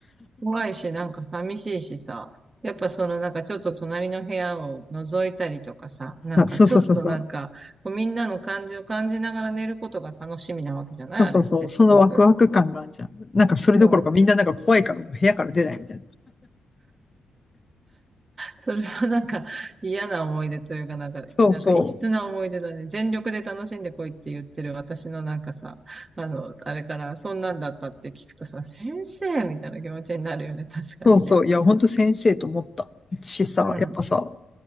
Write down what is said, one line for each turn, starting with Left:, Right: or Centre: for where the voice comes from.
Right: 怖いし、なんか寂しいしさ、やっぱそのなんかちょっと隣の部屋を覗いたりとかさ、なんかちょっとなんか、
Left: あそうそうそうそう。
Right: こうみんなの感じを感じながら寝ることが楽しみなわけじゃないあれってすごく。
Left: そうそうそう、そのワクワク感があるじゃん。なんかそれどころかみんななんか怖いからもう部屋から出ないみたいな。
Right: うん。それはなんか嫌な思い出というか、なんか、
Left: そうそう、
Right: なんか異質な思い出だね。全力で楽しんでこいって言ってる私のなんかさ、あの、あれからそんなんだったって聞くとさ、先生みたいな気持ちになるよね。確かにね。
Left: そうそう、いや、ほんと先生と思ったしさ、
Right: うん。
Left: やっぱさ、